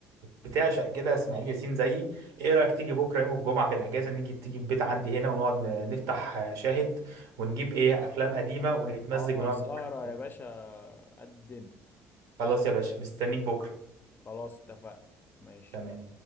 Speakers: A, on the right; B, on the left.
A: بتعشق كده اسماعيل ياسين زيي ايه رأيك تيجي بكرة يوم الجمعة في الأجازة نيجي تيجي البيت عندي هنا ونقعد ن- نفتح شاهد ونجيب ايه أفلام قديمة ونتمزج
B: اه
A: ونقعد
B: سهرة
A: نتفرج عليها.
B: يا باشا قد الدنيا
A: خلاص يا باشا مستنيك بكرة
B: خلاص اتفقنا ماشي
A: تمام